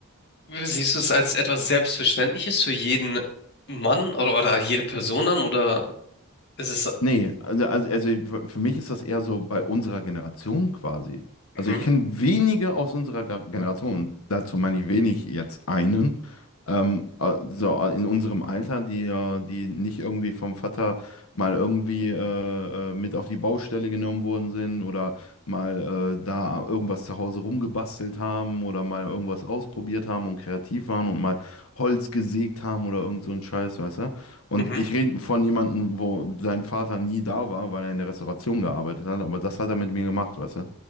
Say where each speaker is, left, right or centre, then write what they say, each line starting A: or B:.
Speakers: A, on the left (about 50°); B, on the left (about 70°).
A: Siehst du es als etwas Selbstverständliches für jeden Mann oder, oder jede Person an oder ist es...
B: Nee, also, also also für mich ist das eher so bei unserer Generation quasi. Also
A: Mhm,
B: ich kenne wenige aus unserer Ge- Generation, und dazu meine ich wenig jetzt einen, ähm, äh, so äh, in unserem Alter, die, äh, die nicht irgendwie vom Vater mal irgendwie äh, äh, mit auf die Baustelle genommen worden sind oder mal äh, da irgendwas zu Hause rumgebastelt haben oder mal irgendwas ausprobiert haben und kreativ waren und mal Holz gesägt haben oder irgend so ein Scheiß, weißt du? Und
A: mhm,
B: ich rede von jemandem, wo sein Vater nie da war, weil er in der Restauration gearbeitet hat, aber das hat er mit mir gemacht, weißt du?